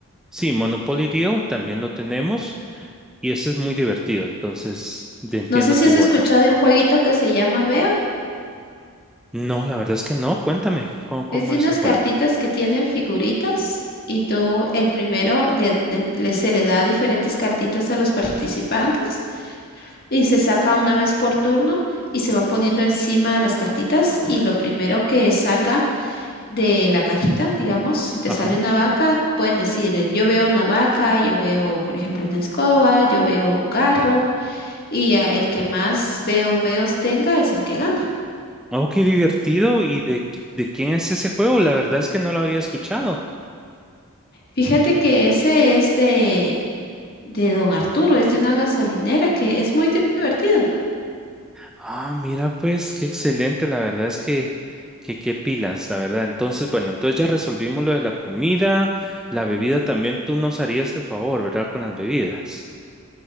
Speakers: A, in the centre; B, on the left.
A: Sí, Monopoly Deal también lo tenemos. Y eso es muy divertido, entonces de- entiendo
B: No sé si
A: tu
B: has
A: voto.
B: escuchado de un jueguito que se llama Veo.
A: No, la verdad es que no. Cuéntame cómo, cómo
B: Es de unas
A: es el juego.
B: cartitas que tienen figuritas y tú, el primero, le, le- le- se le da diferentes cartitas a los participantes y se saca una vez por turno y se van poniendo encima de las cartitas y lo primero que salga de la cajita, digamos, si te
A: Ajá.
B: sale una vaca, pueden decir, eh, yo veo una vaca, yo veo, por ejemplo, una escoba, yo veo un carro y ah, el que más veo, veos tenga es el que gana.
A: Oh, qué divertido. ¿Y de, qui- de quién es ese juego? La verdad es que no lo había escuchado.
B: Fíjate que ese es de, de Don Arturo, es de una gasolinera que es muy divertido.
A: Ah, mira, pues qué excelente. La verdad es que, que qué pilas, la verdad. Entonces, bueno, entonces ya resolvimos lo de la comida, la bebida también. Tú nos harías el favor, ¿verdad? Con las bebidas.